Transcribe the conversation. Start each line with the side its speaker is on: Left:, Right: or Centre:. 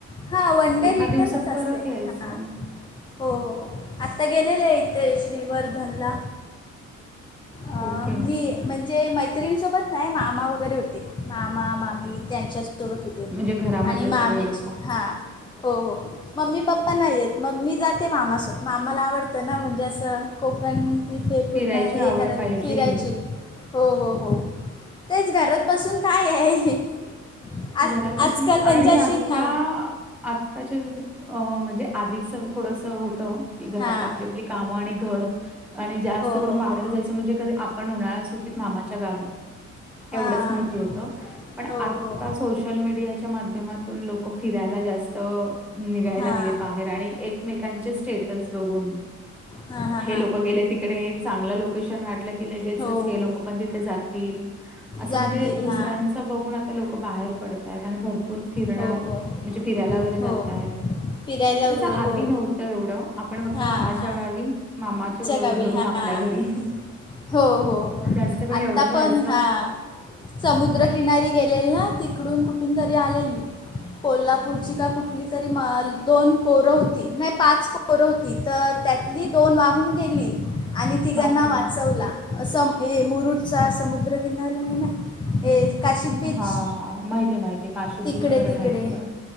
Left: हा वन डे
Centre: एका
Left: रिटर्नच
Centre: दिवसात
Left: असते
Centre: परत यायचं
Left: हा. हो आत्ता गेलेले ते श्रीवर्धनला. आं
Centre: ओके
Left: मी म्हणजे मैत्रिणी सोबत नाय मामा वगैरे होते मामा मामी त्यांच्या तो बघ इथे
Centre: म्हणजे घरामधले
Left: आणि
Centre: सगळे
Left: मामीची
Centre: लोक
Left: हा हो हो. मम्मी पप्पा नाही येत मग मी जाते मामा सह मामाला आवडतं ना म्हणजे असं कोकण इथे पूर्ण
Centre: फिरायची
Left: हे
Centre: आवड
Left: कराय
Centre: पाहिजे
Left: फिरायचे हो हो हो तेच घरात बसून काय आहे. आज
Centre: घरात बसून
Left: आजकाल म्हणजे
Centre: आणि
Left: अशी
Centre: अक्का
Left: हां
Centre: आत त्याच्या तिथं अ म्हणजे आधीचा थोडंसं होतं की घरात
Left: हां
Centre: आपले पली कामं आणि घर आणि जास्त
Left: हो
Centre: करून
Left: हो
Centre: बाहेर
Left: हो
Centre: जायचं म्हणजे कधी आप पण उन्हाळा सुट्टीत मामाच्या गावी
Left: हां
Centre: एवढेच माहीत होतं पण
Left: हो
Centre: आत
Left: हो
Centre: ता सोशल मीडियाच्या माध्यमातून लोकं फिरायला जास्त लोकं फिरायला जास्त निघाय
Left: हां
Centre: लागले बाहेर आणि एकमेकांचे स्टेटस बघून
Left: हां हां
Centre: हे
Left: हां
Centre: लोकं गेले तिकडे चांगलं लोकेशन वाटलं की लगेचच
Left: हो
Centre: हे
Left: हो
Centre: लोकं पण तिथे जातील असं
Left: जातील
Centre: म्हणजे दुसऱ्यान
Left: हां
Centre: त बघून आता लोकं बाहेर पडतय आणि भरपूर फिरण्या
Left: हो
Centre: म्हणजे
Left: हो
Centre: फिरायला वगैरे जात
Left: हो
Centre: आहे.
Left: फिरायला वगैरे
Centre: तसं आधी
Left: हो
Centre: नव्हतं एवढं आपण फक्त
Left: हां
Centre: मामाच्या
Left: हां
Centre: गावी मामाच्या घ
Left: गावी
Centre: घरून
Left: हां
Centre: पल्या घरी
Left: हो हो हो
Centre: जास्त करून
Left: आत्ता
Centre: एवढंच व्हायचं.
Left: पण हा. समुद्रकिनारी गेलेले ना तिकडून कुठून तरी आलेली. कोल्हापूरची का कुठली तरी माल दोन पोरं होती नाही पाच पो पोरं होती तर त्यातली दोन वाहून गेली आणि तिघांना
Centre: बापरे!
Left: वा चवला अस हे मुरुडचा समुद्र किनारा आहे ना हे. काशी बीच
Centre: हा माहितीये माहित ते काशिद
Left: तिकडे
Centre: बीच वगैरे
Left: तिकडे
Centre: माहितीये